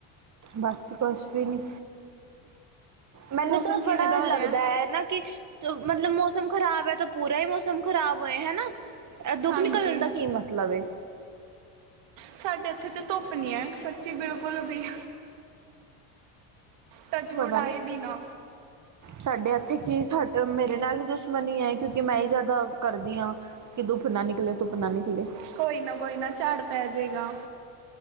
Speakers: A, on the right; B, on the right.
A: ਬਸ ਕੁਛ ਵੀ ਨਹੀਂ। ਮੈਨੂੰ
B: ਮੌਸਮ
A: ਤੋ ਬੜਾ
B: ਕਿਵੇਂ ਦਾ
A: ਲੱਗਦਾ
B: ਹੋ ਰਿਹਾ
A: ਐ, ਨਾ ਕੀ ਮਤਲਬ ਮੌਸਮ ਖ਼ਰਾਬ ਹੈ, ਤੋ ਪੂਰਾ ਹੀ ਮੌਸਮ ਖ਼ਰਾਬ ਹੋਏ ਹੈਨਾ। ਇਹ, ਦੁੱਪ
B: ਹਾਂਜੀ
A: ਨਿਕਲਣ ਦਾ ਕੀ ਮਤਲਬ ਏ।
B: ਸਾਡੇ ਇੱਥੇ ਤਾਂ ਧੁੱਪ ਨਹੀਂ ਹੈ, ਸੱਚੀ ਬਿਲਕੁਲ ਵੀ। ਟੱਚਵੁੱਡ
A: ਪਤਾ
B: ਆਏ
A: ਨਹੀਂ।
B: ਵੀ ਨਾ
A: ਸਾਡੇ ਇੱਥੇ ਕੀ, ਸਾ ਮੇਰੇ ਨਾਲ ਈ ਦੁਸ਼ਮਣੀ ਐ, ਕਿਉਂਕਿ ਮੈਂ ਹੀ ਜ਼ਿਆਦਾ ਕਰਦੀ ਹਾਂ। ਕਿ ਦੁੱਪ ਨਾ ਨਿਕਲੇ, ਧੁਪ ਨਾ ਨਿਕਲੇ।
B: ਕੋਈ ਨਾ ਕੋਈ ਨਾ, ਝਾੜ ਪੈ ਜੇਗਾ।